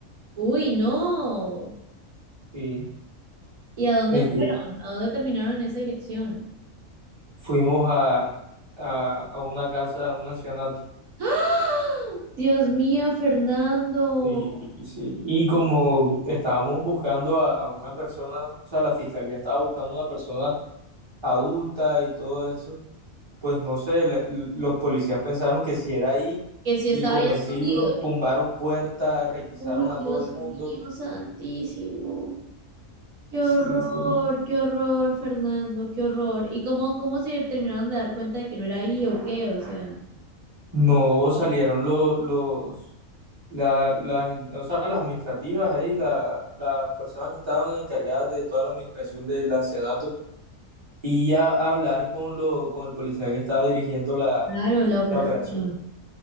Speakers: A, on the right; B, on the right.
A: Uy, no.
B: y
A: ¿Y a dónde
B: me equi-
A: fueron? ¿A dónde terminaron en esa dirección?
B: fuimos a, a, a una casa, a un ancianato.
A: ¡Ah! Dios mío, Fernando,
B: Y, y sí, y como estábamos buscando a, a una persona, o sea, la fiscalía estaba buscando a una persona adulta y todo eso, pues no sé, le- l- los policías pensaron que si era ahí
A: que si
B: y
A: estaba
B: convencidos,
A: ahí escondido.
B: tumbaron puertas, requisaron
A: Uy,
B: a
A: Dios
B: todo el mundo.
A: mío, santísimo. Qué
B: Sí,
A: horror,
B: sí.
A: qué horror, Fernando, qué horror. ¿Y cómo, cómo se terminaron de dar cuenta de que no era ahí o qué? O sea,
B: No salieron los, los La, las, o sea, las administrativas ahí, la- las personas que estaban encargadas de toda la administración del ancianato y a, a hablar con, lo, con el policía que estaba dirigiendo la,
A: claro, la operación.
B: la operación.